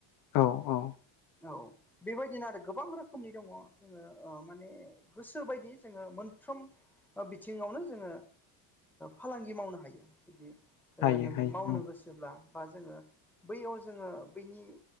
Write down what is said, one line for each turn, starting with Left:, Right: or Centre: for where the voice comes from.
Left: औ औ
Centre: औ बेबायदिनो गोबां रोखोमनि दङ ओ जोङो माने गोसो बायदि जोङो मोनफ्रोम बिथिङावनो जोङो फालांगि मावनो हायो जुदि
Left: हायो
Centre: नों
Left: हायो
Centre: मावनो गोसो बा जोङो बैयाव जोङो बैनि